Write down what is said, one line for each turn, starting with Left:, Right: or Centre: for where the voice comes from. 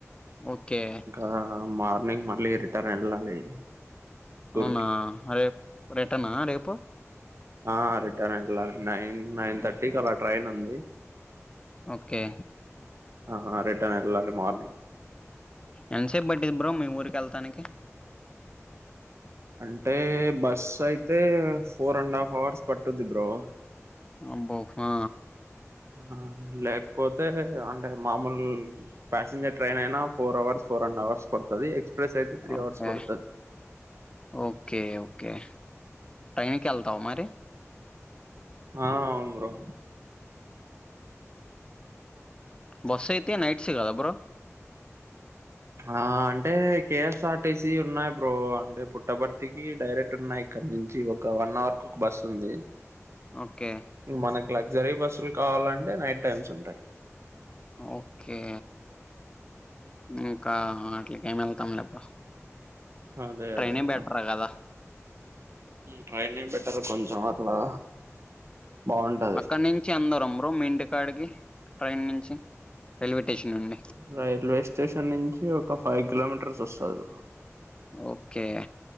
Left: ఓకే
Right: ఆ మార్నింగ్ మళ్లీ రిటర్న్ వెళ్ళాలి
Left: అవునా
Right: ఊరికి
Left: రేపు రిటర్న్ రేపు
Right: ఆ రిటర్న్ ఎల్లాల్ నైన్ నైన్ థర్టీ
Left: ఓకే
Right: కి అలా ట్రైన్ ఉంది
Left: ఓకే
Right: అహా రిటర్న్ ఎల్లాల్ మార్నింగ్
Left: ఎంతసేపు పట్టిది బ్రో మీ ఊరికి వెళ్తానికి
Right: అంటే బస్సు అయితే ఫోర్ అండ్ హాఫ్ అవర్స్ పట్టుద్ది బ్రో
Left: అబ్బో హా
Right: ఆ లేకపోతే అంటే మామూలు ప్యాసింజర్ ట్రైన్ అయినా four hours four and hours పడుతది ఎక్స్ప్రెస్ అయితే త్రీ
Left: ఓకే
Right: అవర్స్ పడుతది
Left: ఓకే ఓకే టైం కి వెళ్తావా మరి
Right: ఆ అవును బ్రో
Left: బస్సు అయితే నైట్స్ కదా బ్రో
Right: ఆ అంటే కేఎస్ఆర్టిసి ఉన్నాయి బ్రో అంటే పుట్టపర్తికి డైరెక్ట్ ఉన్నాయి ఇక్కడ నుంచి ఒక వన్ అవర్ కు బస్సు ఉంది
Left: ఓకే
Right: మనకు లగ్జరీ బస్సులు కావాలంటే నైట్ టైమ్స్ ఉంటాయి
Left: ఓకే ఇంకా అట్లకేం వెళ్తాంలే బ్రో
Right: అదే
Left: ట్రైన్
Right: అదే
Left: బెటర్
Right: బ్రో
Left: కదా
Right: ట్రైనే బెటర్ కొంచెం అట్లా బాగుంటది
Left: అక్కడ నుంచి ఎంత దూరం బ్రో మీ ఇంటి కాడికి ట్రైన్ నుంచి రైల్వే స్టేషన్ నుండి
Right: రైల్వే స్టేషన్ నుంచి ఒక ఫైవ్ కిలోమీటర్స్ వస్తది
Left: ఓకే